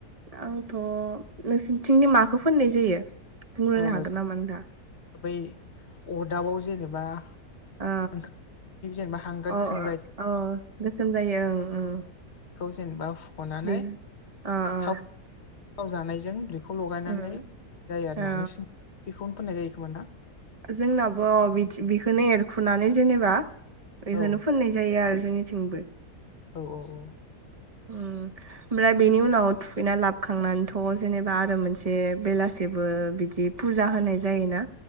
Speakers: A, on the right; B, on the left.
A: आंथ' नोंसोरनिथिंनि माखौ फोननाय जायो बुंग्रोनो
B: औ
A: हागोन नामा नोदा
B: बै अदाबाव जेनेबा
A: आ
B: ओंखाम जेनेबा हांगार
A: अ
B: गोसोम जायो
A: अ गोसोम जायो ओं ओं
B: खौ जेनेबा फुख'नानै
A: बे अ अ
B: थाव जानायजों खौ लगायनानै
A: उम
B: जायो आरोना
A: अ
B: नोंसिनि बेखौनो फोननाय जायोखोमा ना
A: जोंनाबो बिदस बेखौनो एरखुनानै जेनेबा बेखौनो
B: औ
A: फोननाय जायो आरो जोंनि थिंबो
B: औ औ औ
A: <unintelligible> ओमफ्राय बेनि उनाव थुखैना लाबखांनानैथ' जेनेबा आरो मोनसे बेलासेबो बिदि फुजा होनाय जायोना